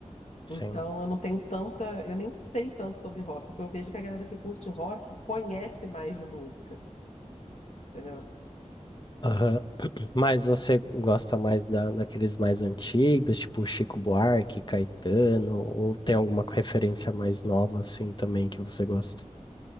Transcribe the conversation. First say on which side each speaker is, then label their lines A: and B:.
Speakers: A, on the left; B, on the left.
A: Sim.
B: Então, eu não tenho tanta, eu nem sei tanto sobre rock, porque eu vejo que a galera que curte rock conhece mais de música, entendeu?
A: Aham. <clears throat> Mas você gosta mais da, daqueles mais antigos, tipo Chico Buarque, Caetano, ou tem alguma referência mais nova assim também que você gosta?